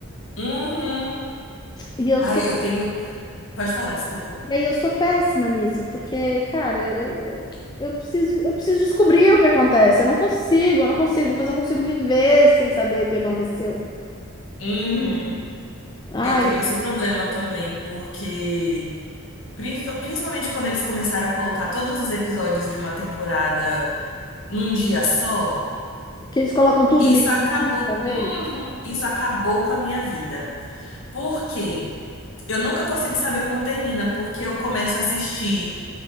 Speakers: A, on the left; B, on the left.
A: Uhum.
B: E eu
A: Ai,
B: sou
A: eu tenho. Pode falar, desculpa.
B: E aí eu sou péssima nisso, porque, cara, eu, eu preciso, eu preciso descobrir o que acontece. Eu não consigo, eu não consigo, depois eu não consigo viver sem saber o que aconteceu.
A: Uhum.
B: Ai,
A: Eu tenho esse problema também, porque prin- principalmente quando eles começaram a colocar todos os episódios de uma temporada num dia só.
B: que eles colocam tudo,
A: Isso
B: liberam
A: acabou,
B: tudo de uma vez.
A: Uhum. isso acabou com a minha vida. Por quê? Eu nunca consigo saber como termina, porque eu começo a assistir